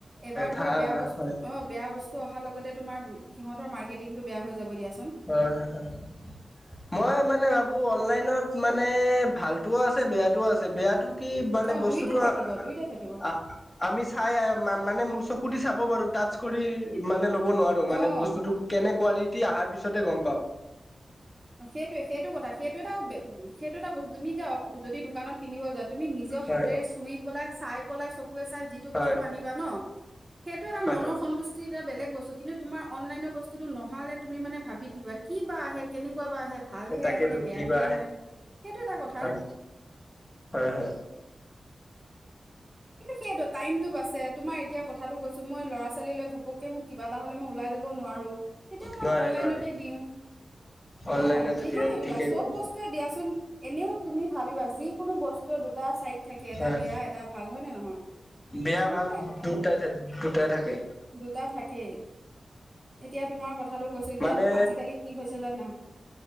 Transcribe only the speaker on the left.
ভাল
হয় হয়
হয় - হয় - হয়। মই মানে ভাবো অনলাইন নত মানে ভালোটোও আছে, বেয়াটোও আছে। বেয়াটো কি মানে
বস্তুটো
আ-
আ- আমি চাই মা- মানে চকু দি চাব পাৰোঁ। টাচ কৰি মানে ল'ব নোৱাৰোঁ, মানে
বস্তুটো কেনে কুৱালিটি অহাৰ পিছ ছতহে গম পাওঁ।
হয়
হয়
হয়
হয়
তাকেতো
কিবা
হয় হয় হয়
নোৱাৰে
নোৱাৰে
অনলাইনতো
দিয়ে
ঠিকেই
কৰে
হয়
বেয়া
ভাল
দুটাই দুটাই থাকে
মানে